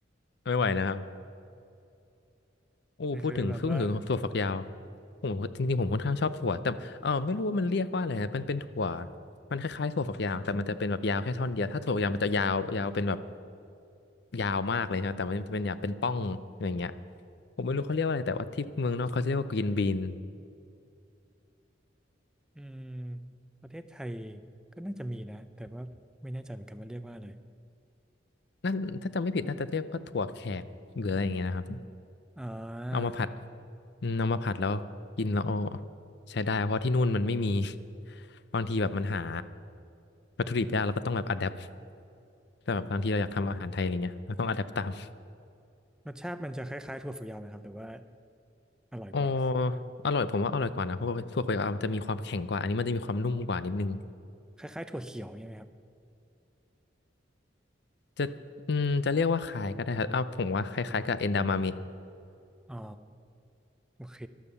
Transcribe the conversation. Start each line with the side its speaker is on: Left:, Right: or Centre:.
Left: ไม่ไหวนะครับโอ้พูดถึงพูดถึงถั่วฝักยาว
Centre: <laughs> มันคือแบบว่า
Left: ผมจริงๆผมค่อนข้างชอบถั่วแต่เออไม่รู้ว่ามันเรียกว่าอะไรนะมันเป็นถั่วมันคล้ายๆถั่วฝักยาวแต่มันจะเป็นแบบยาวแค่ท่อนเดียวถ้าถั่วฝักยาวมันจะยาวยาวเป็นแบบยาวมากเลยนะแต่มันจะเป็นยาวเป็นป้องอะไรอย่างเงี้ยผมไม่รู้เขาเรียกว่าอะไรแต่ว่าที่เมืองนอกเขาเรียกว่า green bean
Centre: อืมประเทศไทยก็น่าจะมีนะแต่ว่าไม่แน่ใจเหมือนกันว่าเรียกว่าอะไร
Left: นั่นถ้าจำไม่ผิดน่าจะเรียกว่าถั่วแขกหรืออะไรอย่างเงี้ยนะครับ
Centre: อ่า
Left: เอามาผัดอืมเอามาผัดแล้วกินแล้วเอาใช้ได้เพราะที่นู่นมันไม่มี <laughs> บางทีแบบมันหาวัตถุดิบยากแล้วก็ต้องแบบอัดแอปแต่แบบบางทีเราอยากทำอาหารไทยอะไรเงี้ยเราต้องอัดแอปตาม
Centre: รสชาติมันจะคล้ายๆถั่วฝักยาวไหมครับหรือว่าอร่อยกว่า
Left: อ๋ออร่อยผมว่าอร่อยกว่านะเพราะว่าถั่วเขียวมันจะมีความแข็งกว่าอันนี้มันจะมีความนุ่มกว่านิดนึง
Centre: คล้ายๆถั่วเขียวใช่างเงี้ยไหมครับ
Left: จะอืมจะเรียกว่าคล้ายก็ได้ครับอ้าวผมว่าคล้ายๆกับเอนดามาม
Centre: อ๋อโอเค